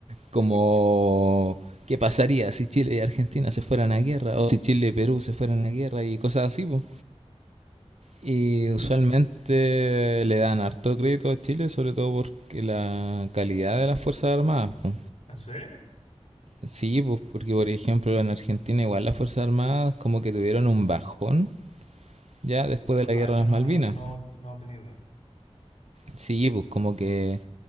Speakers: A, on the right (about 70°); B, on the left (about 70°).
A: como qué pasaría si Chile y Argentina se fueran a guerra, o si Chile y Perú se fueran a guerra y cosas así, po. Y
B: Mm.
A: usualmente le dan harto crédito a Chile, sobre todo porque la calidad de las Fuerzas Armadas, po.
B: ¿En serio?
A: Sí, pues porque por ejemplo en Argentina igual las Fuerzas Armadas como que tuvieron un bajón ya después de la
B: Ah,
A: guerra
B: eso
A: de las
B: no,
A: Malvinas.
B: no, no tenía idea.
A: Sí, pues como que